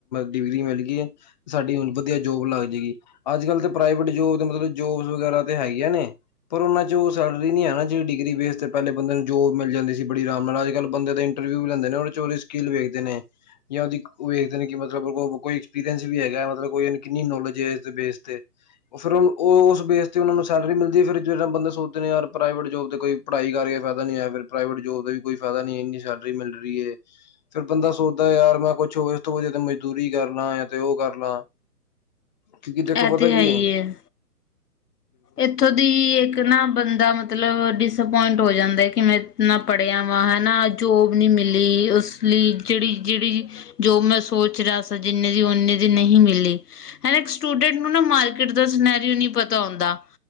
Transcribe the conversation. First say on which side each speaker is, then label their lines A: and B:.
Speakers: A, on the left; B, on the left.
A: ਡਿਗਰੀ ਮਿਲ ਗਈ ਹੈ। ਸਾਡੀ ਹੁਣ ਵਧੀਆ ਜੋਬ ਲੱਗ ਜਾਏਗੀ ਅੱਜ ਕੱਲ ਤਾਂ ਪ੍ਰਾਈਵੇਟ ਜੋਬ ਮਤਲਬ ਜੋਬਸ ਵਗੈਰਾ ਤਾਂ ਹੈਗੀਆਂ ਨੇ। ਪਰ ਉਹਨਾਂ ਚ ਉਹ ਸੈਲਰੀ ਨੀ ਹੈ ਨਾ ਜਿਹੀ ਡਿਗਰੀ ਬੇਸ ਤੇ ਪਹਿਲੇ ਬੰਦੇ ਨੂੰ ਜੋਬ ਮਿਲ ਜਾਂਦੀ ਸੀ ਬੜੀ ਆਰਾਮ ਨਾਲ ਅੱਜ ਕੱਲ੍ਹ ਬੰਦੇ ਦੇ ਇੰਟਰਵਿਊ ਲੈਂਦੇ ਨੇ ਉਦੇ ਚ ਉਦੀ ਸਕੀਲ ਵੇਖਦੇ ਨੇ। ਜਾਂ ਉਹਦੀ ਵੇਖਦੇ ਨੇ ਮਤਲਬ ਕੋਈ ਐਕਸਪੀਰੀਅੰਸ ਵੀ ਹੈਗਾ ਮਤਲਬ ਬ ਕਿੰਨੀ ਨੋਲੇਜ ਹੈ ਬੇਸ ਤੇ। ਫਿਰ ਉਹ ਉਹ ਉਸ ਬੇਸ ਤੇ ਉਹ ਨੂੰ ਸੈਲਰੀ ਮਿਲਦੀ ਫਿਰ ਜਿਦਾਂ ਬੰਦੇ ਸੋਚਦੇ ਨੇ ਯਾਰ ਪ੍ਰਾਈਵੇਟ ਜੋਬ ਤੇ ਕੋਈ ਪੜ੍ਹਾਈ ਕਰਕੇ ਫਾਇਦਾ ਨੀ ਹੈ ਫਿਰ ਪ੍ਰਾਈਵੇਟ ਜੋਬ ਦਾ ਵੀ ਕੋਈ ਪਤਾ ਨੀ ਇੰਨੀ ਸੈਲਰੀ ਮਿਲ ਰਹੀ। ਫੇਰ ਬੰਦਾ ਸੋਚਦਾ ਯਾਰ ਮੈਂ ਕੁੱਛ ਹੋਰ ਇਸ ਤੋਂ ਜੇਦ ਮਜ਼ਦੂਰੀ ਕਰ ਲਾਂ ਜਾਂ ਤੇ ਉਹ ਕਰ ਲਾਂ ਕਿਉਂਕਿ ਦੇਖੋ
B: ਇਹ
A: ਪਤਾ
B: ਤੇ
A: ਕੀਏ
B: ਹੈ ਹੀ ਹੈ ਇੱਥੋਂ ਦੀ ਇੱਕ ਨਾਂ ਬੰਦਾ ਮਤਲਬ ਡਿਸਪੋਇੰਟ ਹੋ ਜਾਂਦਾ ਕਿਵੇਂ ਨਾਂ ਪੜ੍ਹਿਆ ਵਾਂ ਹਨਾਂ ਜੋਬ ਨੀਂ ਮਿਲੀ ਉਸ ਲਈ ਜਿਹੜੀ ਜਿਹੜੀ ਜੋ ਮੈਂ ਸੋਚ ਰਿਆ ਸਾਂ, ਜਿੰਨੇ ਦੀ ਓਨੇ ਦੀ ਨਹੀਂ ਮਿਲੀ। ਹਨਾ ਇੱਕ ਸਟੂਡੈਂਟ ਨੂੰ ਨਾ ਮਾਰਕੀਟ ਦਾ ਸਨੈਰੀਓ ਨਹੀ ਪਤਾ ਹੁੰਂਦਾ